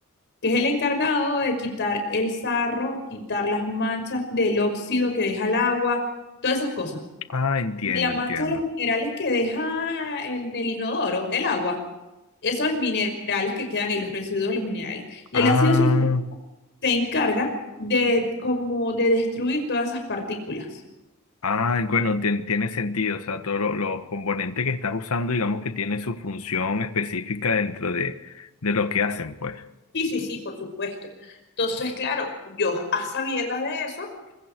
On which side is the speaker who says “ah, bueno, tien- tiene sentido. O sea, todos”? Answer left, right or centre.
Left